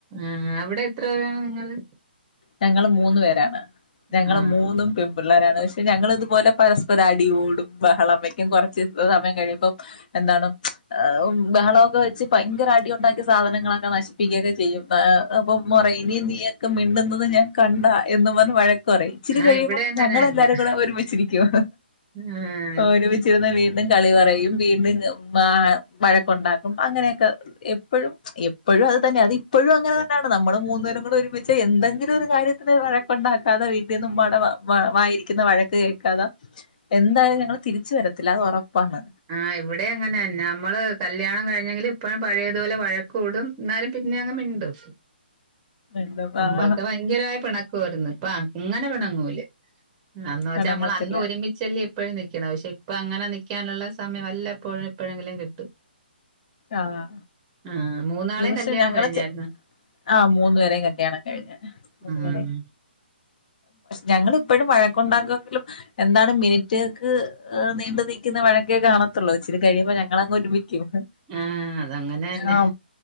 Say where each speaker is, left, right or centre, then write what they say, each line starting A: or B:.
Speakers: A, on the right; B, on the left.
A: ആഹ് അവിടെ എത്ര പേരാണ് നിങ്ങള്
B: ഞങ്ങള് മൂന്ന് പേരാണ് ഞങ്ങള്
A: ആ.
B: മൂന്നും പെൺ പിള്ളേരാണ് പ ക്ഷെ ഞങ്ങളിതുപോലെ പരസ്പരം അടി കൂടും ബഹളം വയ്ക്കും കൊറച്ച് സമയം കഴിയുമ്പം എന്താണ് മ്ച് അ ഉം ബഹളൊക്കെ വെച്ച് ഭയങ്കര അടി ഉണ്ടാക്കി സാധനങ്ങളൊക്കെ നശി പ്പിക്കൊക്കെ ചെയ്യും അപ്പൊ ഉമ്മ പറയും ഇനി നീയൊക്കെ മിണ്ടുന്നത് ഞാൻ കണ്ടാ എന്ന് പറഞ്ഞ് വഴ ക്കൊറയും ഇച്ചിരി
A: ആ
B: കഴിയുമ്പം
A: ഇവിടെ അങ്ങനെ
B: ഞങ്ങളെല്ലാരും
A: തന്നെ.
B: കൂടെ ഒരുമിച്ചിരിക്കും
A: ആഹ്
B: ഒരുമി ചിരുന്ന് വീണ്ടും കളി പറയും വീണ്ടും മാ വഴക്കുണ്ടാക്കും അങ്ങനെയൊക്കെ എപ്പോഴും മച് എപ്പോഴും അത് തന്നെ അത് ഇപ്പോഴും അങ്ങനെ തന്നെയാണ് നമ്മള് മൂന്ന് പേരും കൂടെ ഒരുമിച്ച് എന്തെങ്കിലും ഒരു കാര്യത്തിന് വഴക്കുണ്ടാക്കാതെ വീട്ടിന്നുമ്മാടെ വ വായിരിക്കുന്ന വഴക്ക് കേക്കാതെ എന്തായാലും ഞങ്ങള് തിരിച്ച് വരത്തില്ല അത് ഒറപ്പാണ്
A: ആഹ് ഇവിടെം അങ്ങനെന്നെ നമ്മള് കല്യാണം കഴിഞ്ഞെങ്കിലും ഇപ്പഴും പഴയതുപോലെ വഴക്ക് കൂടും ഇന്നാലും പിന്നെ അങ്ങ് മിണ്ടും.
B: എന്താ
A: മുമ്പൊക്കെ
B: ആഹ്
A: ഭയങ്കരമായി പിണക്കമായിരുന്നു ഇപ്പ അങ്ങനെ പിണങ്ങൂല. എന്താന്ന് വെച്ചാ
B: എണങ്ങത്തില്ല.
A: നമ്മള് അന്ന് ഒരുമിച്ച്. ചലേ ഇപ്പഴും നിൽക്ക്ണെ പക്ഷെ ഇപ്പ അങ്ങനെ നിക്കാനുള്ള സമയം വല്ല എപ്പോഴും എപ്പോഴെങ്കിലും കിട്ടും.
B: ആഹ്
A: ആ മൂന്നാ
B: ഇത്
A: ളെം
B: പക്ഷെ
A: കല്യാണം
B: ഞങ്ങള്
A: കഴിഞ്ഞായിര്ന്ന്.
B: ചെ ആഹ് മൂന്ന് പേരും കല്യാണം കഴിഞ്ഞ
A: ആഹ്
B: മൂന്നരെ. ഞങ്ങൾ ഇപ്പളും വഴക്കുണ്ടാക്കുമെങ്കിലും എന്താണ് മിനിറ്റ് കൾക്ക്. ഏ നീണ്ട് നിൽക്കുന്ന വഴക്കെ കാണത്തുള്ളു ഇച്ചിരി കഴിയുമ്പോ ഞങ്ങൾ അങ് ഒരുമിക്കും.
A: ആഹ് അതങ്ങനെന്നെ
B: ആഹ